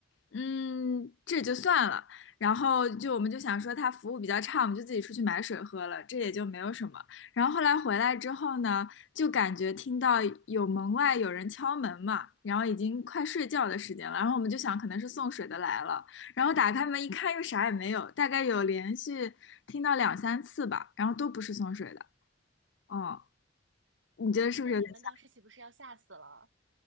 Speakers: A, on the left; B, on the right.
A: 嗯，这就算了。然后就我们就想说他服务比较差，我们就自己出去买水喝了，这也就没有什么。然后后来回来之后呢，就感觉听到有门外有人敲门嘛，然后已经快睡觉的时间了，然后我们就想可能是送水的来了，然后打开门一看又啥也没有，大概有连续听到两三次吧，然后都不是送水的。哦，你觉得是不是有点像？
B: 那你们当时岂不是要吓死了？